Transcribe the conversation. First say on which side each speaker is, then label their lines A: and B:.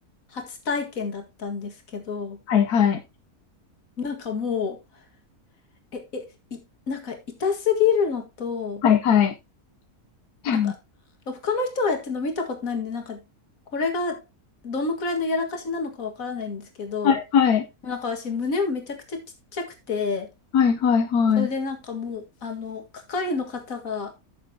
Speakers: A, on the left; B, on the left.
A: 初体験だったんですけど、
B: はいはい。
A: なんかもう、え、え、い、なんか痛すぎるのと、
B: はいはい。<laughs>
A: なんか、他の人がやってるの見たことないんで、なんか、これがどのくらいのやらかしなのかわからないんですけど、
B: はい、はい、
A: なんか私、胸もめちゃくちゃちっちゃくて、
B: はい、はい、はい。
A: それでなんかもう、あの、係の方が